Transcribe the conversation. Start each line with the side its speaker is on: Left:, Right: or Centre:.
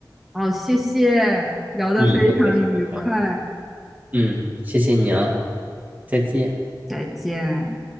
Centre: 好，谢谢，聊得非常愉快，
Right: 嗯，不客气不客气。嗯，谢谢你啊，再见。
Centre: 再见。